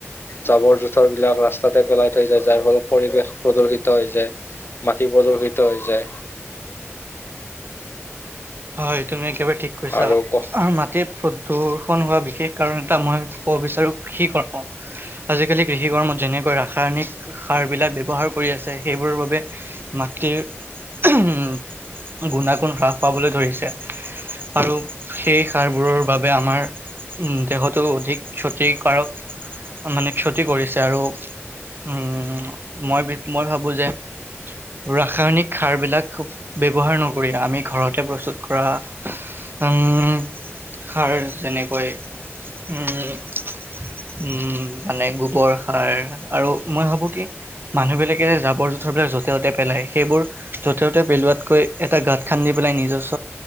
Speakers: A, on the left; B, on the right.
A: জাবৰ-জোথৰ বিলাক ৰাস্তাতে পেলাই থৈ যায়, যাৰ ফলত পৰিৱেশ প্ৰদষিত হৈ যায়। মাটি প্ৰদষিত হৈ যায়।
B: হয়, তুমি একেবাৰে ঠিক কৈছা।
A: আৰু
B: আ', মাটিৰ প্ৰদূষণ হোৱা বিশেষ কাৰণ এটা মই ক'ব বিচাৰোঁ, <unintelligible> কৰ্ম আজিকালি কৃষি কৰ্মত যেনেকৈ, ৰাসায়নিক সাৰবিলাক ব্যৱহাৰ কৰি আছে, সেইবোৰৰ বাবে মাটিৰ, উম, গুণাগুণ হ্ৰাস পাবলৈ ধৰিছে আৰু সেই সাৰবোৰৰ বাবে আমাৰ উম, দেহতো অধিক ক্ষতিকাৰক মানে ক্ষতি কৰিছে আৰু উম, মই, মই ভাবোঁ যে ৰাসায়নিক সাৰ বিলাক ব্যৱহাৰ নকৰি, আমি ঘৰত তে প্ৰস্তুত কৰা, উম। সাৰ যেনেকৈ উম। উম, মানে গোবৰ সাৰ আৰু মই ভাবোঁ কি মানুহবিলাকে যে জাবৰ জোথৰবিলাক য'তে ত'তে পেলাই। সেইবোৰ য'তে ত'তে পেলোৱাতকৈ, এটা গাঁত খান্দি নিজ্বচ,